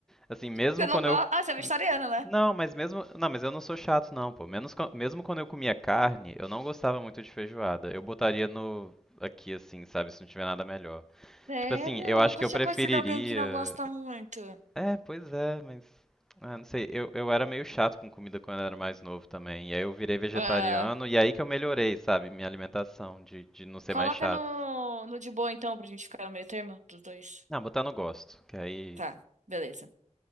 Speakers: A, in the centre; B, on the right.
A: Assim, mesmo
B: Eu não
A: quando
B: gosto.
A: eu
B: Ah, você é vegetariana, né?
A: Não, mas mesmo, não, mas eu não sou chato não, pô. Menos, quan- mesmo quando eu comia carne, eu não gostava muito de feijoada. Eu botaria no aqui assim, sabe, se não tiver nada melhor.
B: Sério?
A: Tipo assim, eu
B: Eu
A: acho
B: nunca
A: que eu
B: tinha
A: preferiria.
B: conhecido alguém que não gosta muito.
A: É, pois é, mas ah, não sei. Eu, eu era meio chato com comida quando eu era mais novo também. E aí eu virei vegetariano
B: Ah,
A: e aí que eu melhorei, sabe, minha alimentação de de não ser
B: coloca
A: mais chato.
B: no, no de boa, então, pra gente ficar no meio termo dos dois.
A: Não, botar no gosto, que aí
B: Tá, beleza.